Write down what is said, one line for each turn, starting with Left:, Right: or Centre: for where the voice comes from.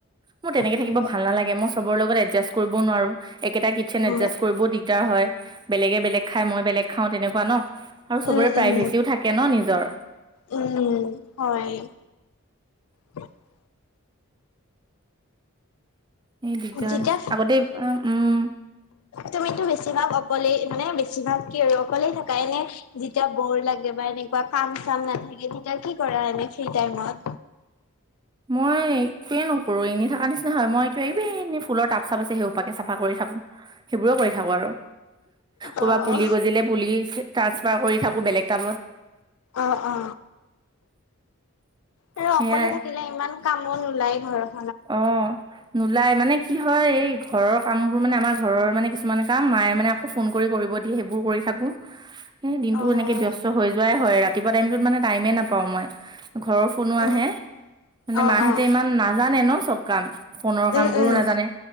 Right: মোৰ তেনেকে
Left: উম,
Right: থাকিব ভাল নালাগে মই চবৰ লগত এডজাষ্ট কৰিবও নোৱাৰো। একেটা কিটচেন
Left: উম,
Right: এডজাষ্ট কৰিবও দিগদাৰ হয় বেলেগে বেলেগ খাই মই বেলেগ খাওঁ তেনেকুৱা ন। আৰু চবৰে
Left: উম
Right: প্ৰাইভেচিও
Left: উম
Right: থাকে ন নিজৰ
Left: উম হয়। উ <unintelligible> <unintelligible>
Right: এই দিগদাৰ
Left: যেতিয়া
Right: আগতে উম উম,
Left: তুমিতো বেছিভাগ অকলেই মানে বেছিভাগ কি হয় অকলেই থাকা এনে যেতিয়া বৰ লাগে বা এনেকুৱা কাম কাম নাথাকে তেতিয়া কি কৰা এনেই ফ্ৰী টাইমত
Right: মই একোৱেই নকৰোঁ এনেই থকা নিচিনা হয় মই এক এইব এনেই ফুলৰ টাব চাপ আছে সেই সোপাকে চাফা কৰি থাকো সেইবোৰো কৰি থাকো আৰু ক'বাত
Left: অ'।
Right: পুলি গজিলে পুলি ট্ৰাঞ্চফাৰ কৰি থাকোঁ বেলেগ টাবত
Left: অ অ আৰু
Right: সেয়াই
Left: অকলে থাকিলে ইমান কামো নোলায় ঘৰত
Right: অ নোলাই মানে কি হয় এই ঘৰৰ কামবোৰ মানে আমাৰ ঘৰৰ মানে কিছুমান কাম মায়ে মানে আকৌ ফোন কৰি কৰিব দিয়ে সেইবোৰ কৰি থাকো স দিনতটো
Left: অ',
Right: এনেকে ব্যস্ত হৈ যোৱাই হয় ৰাতিপুৱা টাইটোত মানে টাইমে নাপাও মই ঘৰৰ ফোনো
Left: উম,
Right: আহে মানে
Left: অ',
Right: মাহেঁতে
Left: অ',
Right: ইমান নাজানে ন চব কাম ফোনৰ
Left: উম,
Right: কাম বোৰো
Left: উম,
Right: নাজানে